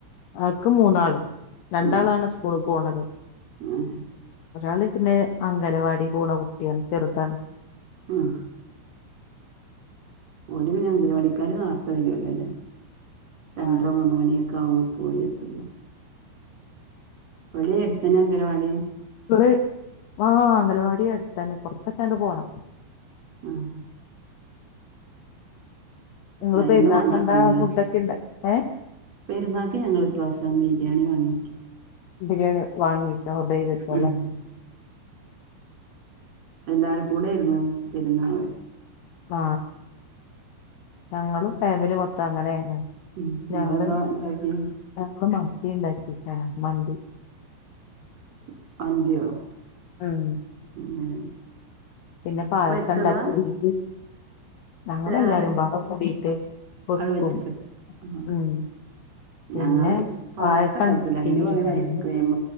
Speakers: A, on the left; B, on the right.
A: ഇക്ക് മൂന്നാള് രണ്ടാളാണ്
B: ഏഹ്
A: സ്കൂള് പോണത്
B: ഏഹ്
A: ഒരാള് പിന്നെ അങ്കലവാടി പോണ കുട്ടിയാണ് ചെറുതാ.
B: ആഹ്. ഓല് പിന്നെ അംഗലവാടിക്കാര് നേരത്തെ വരുവല്ലോ അല്ലെ രണ്ടര
A: നിങ്ങള്
B: മൂന്ന് മണിയൊ കാമ പോലെത്തുള്ളു. ഓല് എട്ത്തണ അങ്കണവാടി
A: ഓള് ആഹ് അംഗലവാടി അടുത്തന്നെ കൊറച്ചൊക്കെ അങ്ങട് പോണം
B: ആാ
A: നിങ്ങള്
B: എ
A: പെരുന്നാക്ക്
B: എന്നും കൊക്കന്നാല്ലേ
A: എന്താ ഫുഡൊക്കെ ഉണ്ടായി ഏ
B: പെരുന്നാക്ക് ഞങ്ങള് ഈ പ്രാവിശ്യം ബിരിയാണി വാങ്ങി
A: ബിരിയാണി <unintelligible> വെക്കുല്ലോ
B: ഉം എല്ലാരു കൂടെ ഇര്ന്നു <unintelligible>
A: ആ ഞങ്ങളും ഫാമിലി മൊത്തം അങ്ങനേണ്.
B: ഉം നിങ്ങളെന്താ
A: ഞങ്ങള്
B: ഉണ്ടാക്കി
A: <unintelligible> <unintelligible> മന്തി
B: <unintelligible>
A: ഉം
B: ഉം
A: പിന്നെ പായസം
B: വെച്ചതാ
A: ഒണ്ടാക്കി <unintelligible> ഞങ്ങള്
B: ഏഹ്
A: എല്ലാരും പാടെ <unintelligible> കൂടിട്ട് വെക്കും
B: അത് വെച്ചിട്ട് ആഹ്
A: ഉം. പിന്നെ
B: ഞങ്ങള്
A: പായസം
B: ഉണ്ടാക്കിയില്ല
A: <unintelligible>
B: അതിന് പകരം ഐസ്ക്രീം